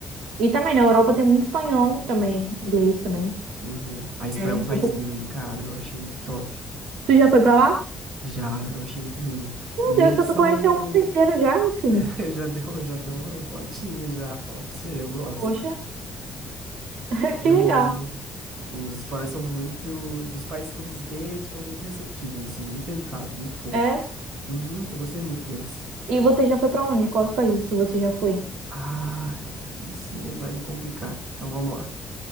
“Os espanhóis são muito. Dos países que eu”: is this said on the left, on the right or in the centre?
Right